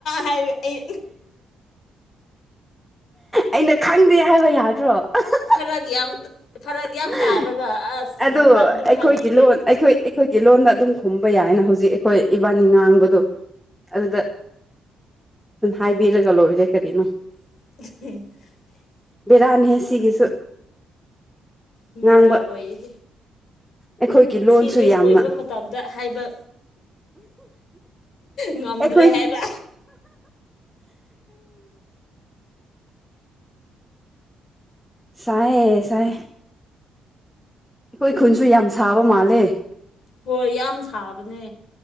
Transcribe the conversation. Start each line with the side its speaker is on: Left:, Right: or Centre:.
Left: ꯍꯥꯏ ꯑꯩ
Centre: ꯑꯩꯅ ꯈꯪꯗꯦ ꯍꯥꯏꯕ ꯌꯥꯗ꯭ꯔꯣ <unintelligible>
Left: ꯐꯔꯛ ꯌꯥꯝ ꯐꯔꯛ ꯌꯥꯝ ꯇꯥꯔꯒ ꯑꯁ
Centre: ꯑꯗꯨ
Left: ꯖꯥꯠ ꯖꯥꯠ ꯑꯗꯨꯝ
Centre: ꯑꯩꯈꯣꯏꯒꯤ
Left: ꯍꯥꯏꯕꯤꯈ꯭ꯔꯦ
Centre: ꯂꯣꯟ ꯑꯩꯈꯣꯏ ꯑꯩꯈꯣꯏꯒꯤ ꯂꯣꯟꯗ ꯑꯗꯨꯝ ꯍꯨꯝꯕ ꯌꯥꯏꯅ ꯍꯧꯖꯤꯛ ꯑꯩꯈꯣꯏ ꯏꯕꯥꯅꯤ ꯉꯥꯡꯕꯗꯣ ꯑꯗꯨꯗ ꯑꯗꯨ ꯍꯥꯏꯕꯤꯔꯒ ꯂꯣꯏꯔꯦ ꯀꯔꯤꯅꯣ
Left: <unintelligible>
Centre: ꯕꯤꯔꯥꯅꯦ ꯍꯦ ꯁꯤꯒꯤꯁꯨ
Left: ꯕꯦꯔꯥ
Centre: ꯉꯥꯡꯕ
Left: ꯑꯣꯏ
Centre: ꯑꯩꯈꯣꯏꯒꯤ ꯂꯣꯟꯁꯨ
Left: ꯁꯤꯔꯤꯁ
Centre: ꯌꯥꯝꯅ
Left: ꯑꯣꯏꯕ ꯃꯇꯝꯗ ꯍꯥꯏꯕ ꯉꯝꯗ꯭ꯔꯦ
Centre: ꯑꯩꯈꯣꯏ
Left: ꯍꯥꯏꯕ
Centre: ꯁꯥꯏꯌꯦ ꯁꯥꯏꯌꯦ ꯑꯩꯈꯣꯏ ꯈꯨꯟꯁꯨ ꯌꯥꯝ ꯁꯥꯕ ꯃꯥꯜꯂꯦ
Left: ꯍꯣꯏ ꯌꯥꯝ ꯁꯥꯕꯅꯦ